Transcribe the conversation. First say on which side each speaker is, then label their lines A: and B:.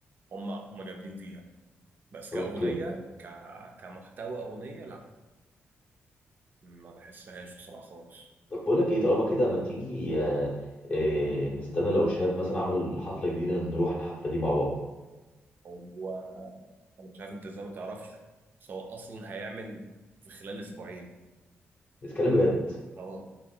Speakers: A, on the right (about 40°); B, on the left (about 30°).
A: هم هم جامدين فيها بس كأغنية
B: اوكي
A: ك... كمحتوى أغنية لا ما بحسهاش بصراحة خالص
B: طب بقول لك ايه طالما كده ما تيجي آه آه نستنى لو شهاب مثلا عمل حفلة جديدة نروح الحفلة دي مع بعض
A: هو أنا مش عارف أنت إزاي ما تعرفش بس هو أصلا هيعمل في خلال أسبوعين
B: نتكلم بجد
A: أه